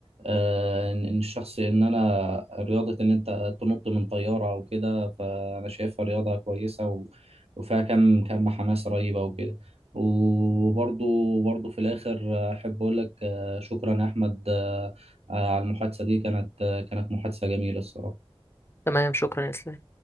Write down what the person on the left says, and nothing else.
تمام شكرا يا اسلام